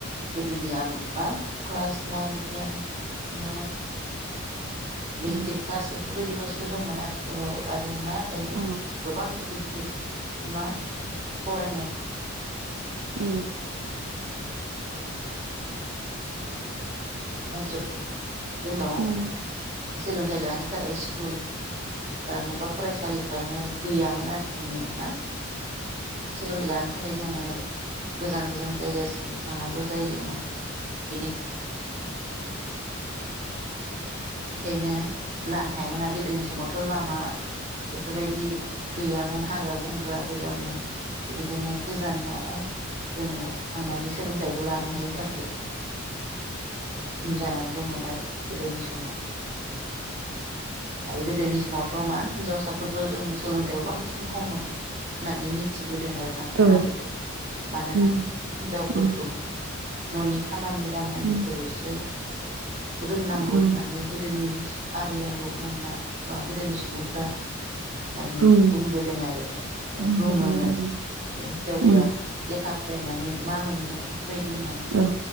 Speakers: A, on the right; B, on the right.
A: गोदोनिया बा क्लास नाइन टेन बिदिनो मेट्रिक
B: उम
A: पास बेफोरबायदि । सो दंमोन आथिलाव आरो ना दायो
B: अ
A: गोबां गिदिर गिदिर <inaudible> बा फरायनानै
B: उम।
A: <inaudible> जोंनाव
B: उम
A: सोलों सोलोंथाइ लानो थाखाय स्कुलफ्रानो बा फरायसालिफ्रानो गैयामोन आरो जोंनिया ना सोलोंथाइ लानो थाखाय जोङो गोजान गोजान जायगासिम थांनांगौ जायोमोन बेनिखायनो बेखायनो लानो हायामोन आरो गोदोनि समावथ' लामा बेफोर बायदि गैयामोन हाग्रा बंग्रा गोजामोन बेनिखायनो गोजान'आव जोङो थांनानै सोलोंथाइखौ लानो हायिनि थाखाय उन जानानै दंमोन आरो गोदोनि समाव। आरो गोदोनि समावथ' मा हिनजावसाफोरखौ जों सोलोंथाइआव बांसिन खममोन होननानै मिथि बोदों आरोना खोनाबोदों
B: औ
A: मानोना
B: उम
A: हिन्जावफोरखौ
B: उम
A: न'नि खामानि दामानिफोरल'सो
B: उम
A: रोंनांगौ
B: औ
A: होननानै गोदोनि आबै आबौमोनहा बा गोदोनि सुबुंफ्रा माने
B: बुं
A: बुंबोदों आरोना
B: बुंबोदों
A: बुङोमोन
B: आरो
A: माने हिनजावफ्रा
B: उम
A: लेखा फरायनानै मा मोननो। बेफोर बायदि होननानै
B: औ